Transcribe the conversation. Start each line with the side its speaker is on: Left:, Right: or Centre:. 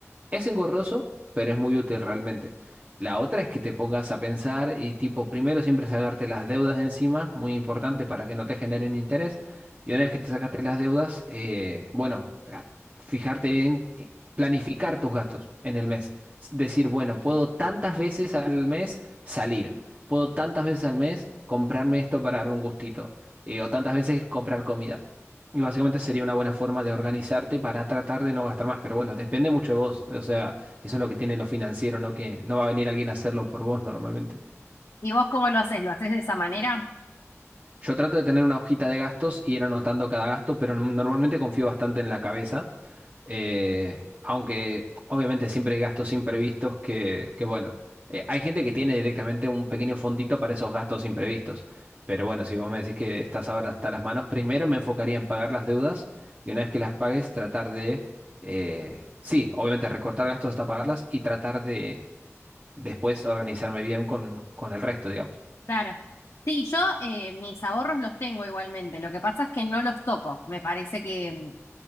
Right: Es engorroso, pero es muy útil realmente. La otra es que te pongas a pensar y tipo, primero siempre sacarte las deudas de encima, muy importante para que no te generen interés. Y una vez que te sacaste las deudas, eh, bueno, a- fijarte bien, eh, planificar tus gastos en el mes. S- Decir, bueno, puedo tantas veces al mes salir, puedo tantas veces al mes comprarme esto para darme un gustito, eh, o tantas veces comprar comida. Y básicamente sería una buena forma de organizarte para tratar de no gastar más. Pero bueno, depende mucho de vos. O sea, eso es lo que tiene lo financiero, ¿no? Que no va a venir alguien a hacerlo por vos normalmente.
Left: ¿Y vos cómo lo haces? ¿Lo haces de esa manera?
Right: Yo trato de tener una hojita de gastos y ir anotando cada gasto, pero normalmente confío bastante en la cabeza. Eh, aunque obviamente siempre hay gastos imprevistos que, que bueno, eh, hay gente que tiene directamente un pequeño fondito para esos gastos imprevistos. Pero bueno, si vos me decís que estás ahora hasta las manos, primero me enfocaría en pagar las deudas y una vez que las pagues, tratar de, eh, sí, obviamente recortar gastos hasta pagarlas y tratar de después organizarme bien con, con el resto, digamos.
Left: Claro. Sí, yo eh, mis ahorros los tengo igualmente. Lo que pasa es que no los toco. Me parece que mm,